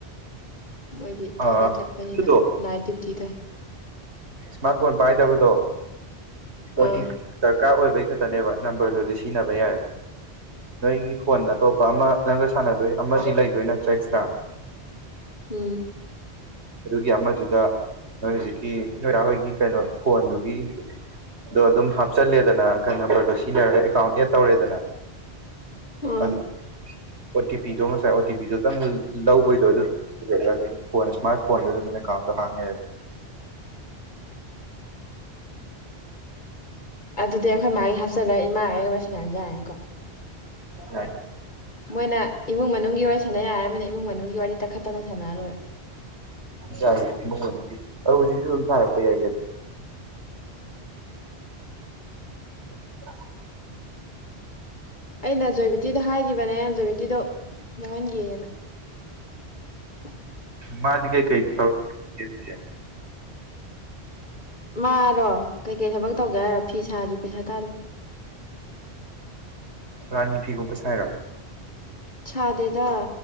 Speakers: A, on the left (about 45°); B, on the right (about 80°).
A: ꯃꯣꯏꯗꯤ ꯊꯕꯛ
B: ꯑꯥ ꯑꯗꯨꯗꯣ
A: ꯆꯠꯄꯅꯤꯅ ꯅꯥꯏꯠ ꯗ꯭ꯌꯨꯇꯤ ꯇꯥꯏ
B: ꯏꯁꯃꯥꯔꯠ ꯐꯣꯟ ꯄꯥꯏꯗꯕꯗꯣ ꯑꯣ
A: ꯑꯥ
B: ꯇꯤ ꯄꯤ ꯗꯔꯀꯥꯔ ꯑꯣꯏꯕꯒꯤ ꯈꯛꯇꯅꯦꯕ ꯅꯝꯕꯔꯗꯨꯗꯤ ꯁꯤꯖꯤꯟꯅꯕ ꯌꯥꯏꯑꯕ ꯅꯣꯏꯒꯤ ꯐꯣꯟ ꯑꯇꯣꯞꯄ ꯑꯃ ꯅꯪꯒ ꯁꯥꯟꯅꯗꯣꯏ ꯑꯃꯗꯤ ꯂꯩꯗꯣꯏ ꯅꯠꯇ꯭ꯔꯥ ꯑꯦꯛꯁꯇ꯭ꯔꯥ
A: ꯎꯝ
B: ꯑꯗꯨꯒꯤ ꯑꯃꯗꯨꯗ ꯅꯣꯏ ꯍꯧꯖꯤꯛꯀꯤ ꯅꯣꯏ ꯗꯥ ꯍꯣꯏꯒꯤ ꯀꯩꯅꯣ ꯐꯣꯟꯗꯨꯒꯤ ꯑꯗꯣ ꯑꯗꯨꯝ ꯍꯥꯞꯆꯜꯂꯦꯗꯅ ꯀꯩ ꯅꯝꯕꯔꯗꯣ ꯁꯤꯖꯤꯟꯅꯔꯒ ꯑꯦꯀꯥꯎꯟ ꯑꯦꯗ ꯇꯧꯔꯦꯗꯅ
A: ꯎꯝ
B: ꯑꯗꯨ ꯑꯣ ꯇꯤ ꯄꯤꯗꯣ ꯉꯁꯥꯏ ꯑꯣ ꯇꯤ ꯄꯤꯗꯨꯇꯪ ꯂꯧꯕꯩꯗꯣ ꯑꯗꯨ ꯑꯗꯨꯝ ꯐꯣꯟ ꯏꯁꯃꯥꯔꯠ ꯐꯣꯟꯗꯨ ꯑꯗꯨꯝ ꯑꯦꯀꯥꯎꯟꯗꯣ ꯍꯥꯡ ꯌꯥꯏꯕ
A: ꯑꯗꯨꯗꯤ ꯑꯩꯈꯣꯏ ꯃꯥꯒꯤ ꯍꯥꯞꯆꯜꯂꯒ ꯏꯃꯥꯒ ꯑꯩꯒ ꯋꯥꯔꯤꯁꯥꯟꯅ ꯌꯥꯔꯅꯤꯀꯣ
B: ꯌꯥꯏ
A: ꯃꯣꯏꯅ ꯏꯃꯨꯡ ꯃꯅꯨꯡꯒꯤ ꯋꯥꯔꯤ ꯁꯥꯟꯅ ꯌꯥꯏ ꯍꯥꯏꯔꯃꯤꯅ ꯏꯃꯨꯡ ꯃꯅꯨꯡꯒꯤ ꯋꯥꯔꯤ ꯇꯛꯈꯠꯇꯅ ꯁꯥꯟꯅꯔ ꯂꯣꯏꯔꯦ
B: ꯌꯥꯏ ꯏꯃꯨꯡ ꯃꯅꯨꯡꯒꯤ ꯑꯗꯨ ꯍꯧꯖꯤꯛꯁꯨ ꯑꯗꯨꯝ ꯁꯥꯔꯛꯄ ꯌꯥꯏ ꯀꯩꯅꯣ <inaudible>
A: ꯑꯩꯅ ꯖꯣꯏꯕꯤꯇꯤꯗꯣ ꯍꯥꯏꯈꯤꯕꯅꯦ ꯖꯣꯏꯕꯤꯇꯤꯗꯣ ꯌꯥꯎꯍꯟꯒꯦꯅ <inaudible>
B: ꯃꯥꯗꯤ ꯀꯩ ꯀꯩ ꯊꯕꯛ ꯆꯤꯟꯒꯦ
A: ꯃꯥꯔꯣ ꯀꯩꯀꯩ ꯊꯕꯛ ꯇꯧꯒꯦ ꯍꯥꯏꯔꯣ ꯐꯤ ꯁꯥꯔꯤ ꯄꯩꯁꯥ ꯇꯥꯜꯂꯤ
B: ꯔꯥꯅꯤ ꯐꯤꯒꯨꯝꯕ ꯁꯥꯏꯔꯣ
A: ꯁꯥꯗꯦꯗ